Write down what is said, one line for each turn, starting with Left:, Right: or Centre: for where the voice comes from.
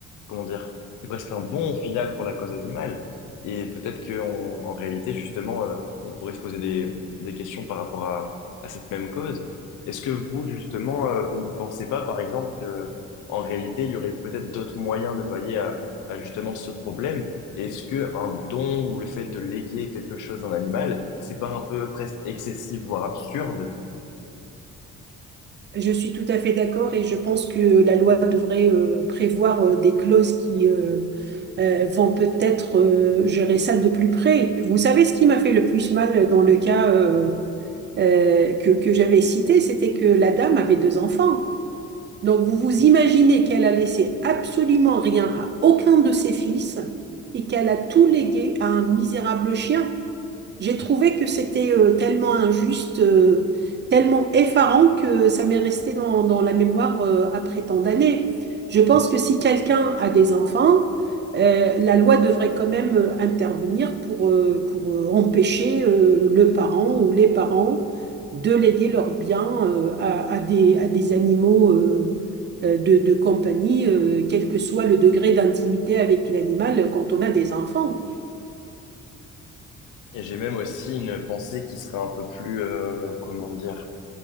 Left: comment dire, c'est presque un bon final pour la cause animale. Et peut-être que on- en réalité, justement, euh, on pourrait se poser des, des questions par rapport à, à cette même cause. Est-ce que vous, justement, euh, vous ne pensez pas, par exemple, que en réalité, il y aurait peut-être d'autres moyens de pallier à à justement ce problème? Est-ce que un don ou le fait de léguer quelque chose à un animal, c'est pas un peu presque excessif, voire absurde?
Right: Je suis tout à fait d'accord et je pense que la loi devrait euh, prévoir euh, des clauses qui euh, euh, vont peut-être euh, gérer ça de plus près. Vous savez ce qui m'a fait le plus mal dans le cas euh, euh, que, que j'avais cité, c'était que la dame avait deux enfants. Donc vous vous imaginez qu'elle a laissé absolument rien à aucun de ses fils et qu'elle a tout légué à un misérable chien. J'ai trouvé que c'était euh, tellement injuste, euh, tellement effarant que ça m'est resté dans, dans la mémoire euh, après tant d'années. Je pense que si quelqu'un a des enfants, euh, la loi devrait quand même euh, intervenir pour, euh, pour euh, empêcher euh, le parent ou les parents de léguer leurs biens euh, à, à des, à des animaux euh, euh, de, de compagnie, euh, quel que soit le degré d'intimité avec l'animal quand on a des enfants.
Left: Et j'ai même aussi une pensée qui serait un peu plus, euh, comment dire,